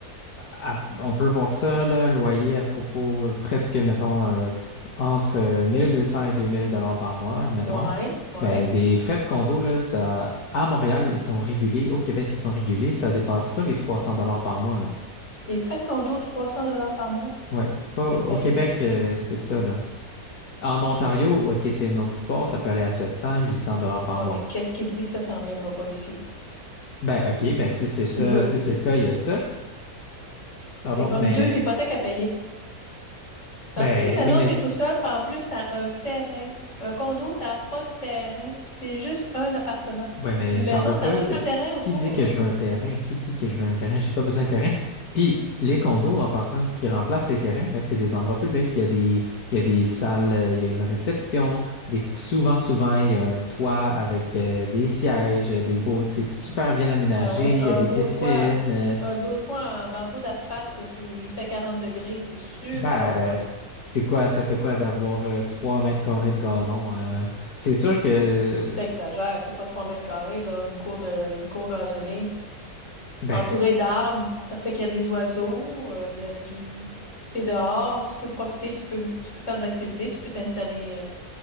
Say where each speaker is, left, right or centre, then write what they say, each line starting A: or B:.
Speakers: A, on the left (about 80°); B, on the left (about 55°).
A: à- on peut voir ça, là, un loyer à propos euh, presque, mettons, euh, entre euh, 1200 et 2000 dollars par mois, admettons.
B: Ouais, ouais.
A: Ben, des frais de condo, là, ça, à Montréal, ils sont régulés. Au Québec, ils sont régulés. Ça dépasse pas les 300 dollars par mois, là.
B: Les frais de condo, 300 dollars par mois.
A: Ouais. Pas, au
B: Hey,
A: Québec, euh, c'est ça, là. En Ontario, ok, c'est une autre histoire, ça peut aller à 700, 800 dollars par
B: Ouais,
A: mois.
B: mais qu'est-ce qui te dit que ça s'en viendra pas ici?
A: Ben, ok, ben si c'est
B: Sous
A: ça,
B: peu.
A: si c'est le cas, il y a ça. Pardon,
B: C'est comme
A: mais,
B: deux hypothèques à payer. Tandis
A: ben
B: qu'une maison,
A: oui, mais,
B: t'es tout seul, puis en plus, t'as un terrain. Un condo, t'as pas de terrain. C'est juste un appartement.
A: ouais, mais
B: Une maison,
A: j'en veux pas.
B: t'as tout le terrain autour,
A: Qui dit que
B: là.
A: je veux un terrain? Qui dit que je veux un terrain? J'ai pas besoin de terrain. Puis, les condos, en passant, ce qui remplace les terrains, ben, c'est des endroits publics. Il y a des, il y a des salles, euh, il y a une réception. Des, souvent, souvent, il y a un toit avec euh, des sièges, euh, des beaux, c'est super bien aménagé.
B: Ah oui,
A: Il
B: un
A: y a des
B: beau
A: piscines.
B: toit.
A: euh,
B: Un beau toit en bardeau d'asphalte, là, tu- il fait 40 degrés, c'est super
A: Ben,
B: le
A: euh,
B: fun.
A: c'est quoi, ça fait quoi d'avoir euh, trois mètres carrés de gazon? euh? c'est sûr que, euh,
B: T'exagères, c'est pas 3 mètres carrés, là, une cour de, une cour gazonnée.
A: ben,
B: entouré d'arbres, ça fait qu'il y a des oiseaux, euh, il y a du... T'es dehors, tu peux profiter, tu peux, tu peux faire des activités, tu peux t'installer